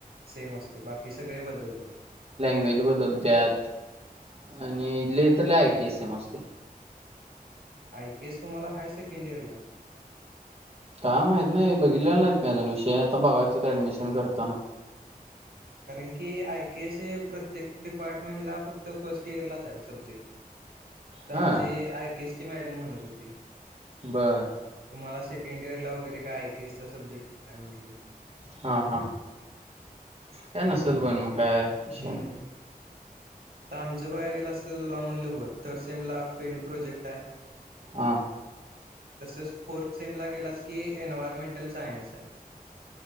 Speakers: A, on the right; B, on the right.
A: सेम असते बाकी सगळे बदलतात.
B: लँग्वेज बदलत्यात आणि लई तर लई आय के एस सेम असतोय.
A: आय के एस तुम्हाला हायर सेकंड इयरला?
B: काय माहित नाही, बघितलेलं नाहीत मी अजून विषय, आता बघााच ऍडमिशन करताना.
A: कारण की आयकेएस हे प्रत्येक डिपार्टमेंटला फक्त फर्स्ट इयरलाच आहे सब्जेक्ट. तर
B: हा
A: आमचे आयकेएस ची मॅडम म्हणत होती.
B: बर.
A: तुम्हाला सेकंड इयरला वगैरे काय आयकेएसचा सब्जेक्ट नाही म्हटली.
B: हा हा. काय नसेल पण मग. काय विषय
A: हम्म
B: नाही.
A: तर आमच्या पाया गेल असत तुला म्हणल <unintelligible> थर्ड सेम ला फेल प्रोजेक्ट आहे.
B: हा
A: तसच फोर्थ सेम ला गेलास की एन्वयरमेंटल सायन्स आहे.